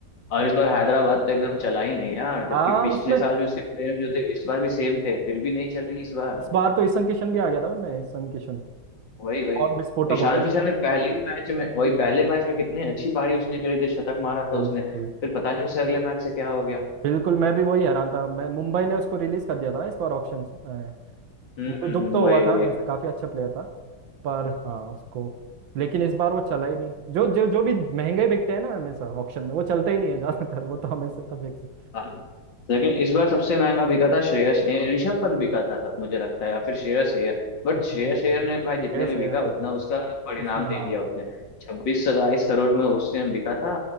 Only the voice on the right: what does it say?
है
हाँ
उसमें
इस बार तो ईशन किशन भी आ गया था मैं ईशन किशन
और विस्फोटक
हो गया
बिल्कुल
बिल्कुल मैं भी वही हैरान था मैं मुंबई ने उसको रिलीज कर दिया था इस बार ऑप्शन में,
मुझे
दुख
तो
हुआ था
वैसे काफी अच्छा प्लेयर था पर हाँ उसको लेकिन इस बार वो चला ही नहीं जो जो जो भी महंगे बिकते हैं ना हमेशा ऑप्शन में वो चलते ही नहीं है ज्यादातर वो तो हमेशा का फिक्स
हाँ
हाँ
देश
है
तो
चला
है
उसमें
हाँ